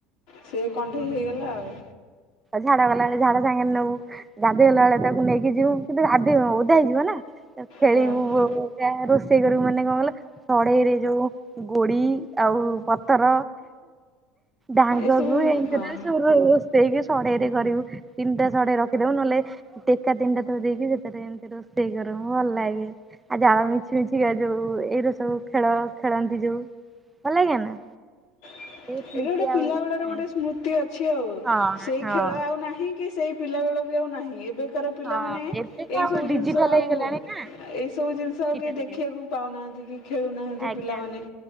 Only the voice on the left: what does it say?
ସିଏ କଣ୍ଢେଇ ହେଇଗଲା ଆଉ।
ହଁ ହଁ
ଏସବୁ
ହଁ
ଏଇଟା
ଗୋଟେ ପିଲା
ବେଳର
ଗୋଟେ ସ୍ମୃତି ଅଛି ଆଉ
ସେଇ
ଖେଳ ଆଉ ନାହିଁ କି ସେଇ ପିଲା ବେଳ ବି ଆଉ ନାହିଁ ଏବେ କାର ପିଲାମାନେ
ଏଇ
ସବୁ
ଜିନିଷ ଆଉ
ଏଇ ସବୁ ଜିନିଷ ଆଉ
କେହି
ଦେଖିବାକୁ ପାଉନାହାନ୍ତି କି ଖେଳୁନାହାନ୍ତି
ପିଲାମାନେ